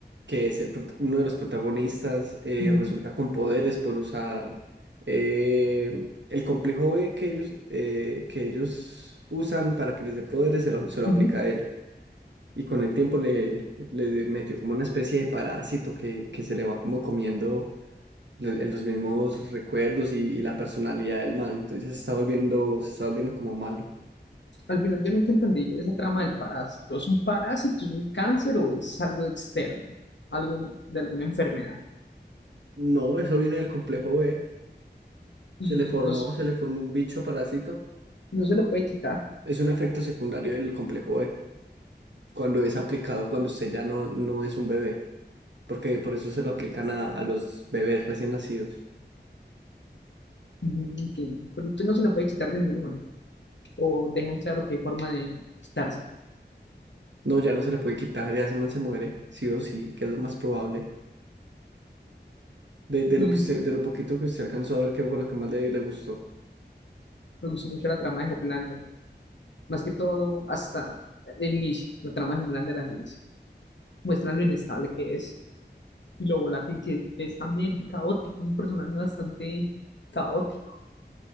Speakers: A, on the right (about 80°); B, on the left (about 80°).
A: que es el prot- uno de los protagonistas, eh,
B: Ujú,
A: resulta con poderes por usar eh, el complejo B que ellos, eh, que ellos usan para que les dé poderes, se lo, se lo
B: ujú.
A: aplica a él. Y con el tiempo le, le metió como una especie de parásito que, que se le va como comiendo lo- los mismos recuerdos y, y la personalidad del man. Entonces se está volviendo, se está volviendo como malo.
B: Al final yo nunca entendí esa trama del parásito. ¿Es un parásito, es un cáncer o es algo externo? Algo de alguna enfermedad.
A: No, eso viene del complejo B.
B: Y
A: Se le formó,
B: dos,
A: se le formó un bicho parásito.
B: No se lo puede quitar.
A: Es un efecto secundario del complejo B, cuando es aplicado cuando usted ya no, no es un bebé, porque por eso se lo aplican a, a los bebés recién nacidos.
B: Ujú, Entiendo. Pero usted no se lo puede quitar de ninguna manera. O dejan claro que hay forma de quitárselo.
A: No, ya no se le puede quitar, ya ese man se muere, sí o sí, que es lo más probable. De, de
B: Y
A: lo que usted- de lo poquito que usted alcanzó a ver, que fue lo que más le, le gustó.
B: me gustó mucho la trama de Hoplander. Más que todo hasta el inicio. La trama de Hoplander al inicio. Muestran lo inestable que es. Y lo volátil que es también. Caótico. Es un personaje bastante caótico.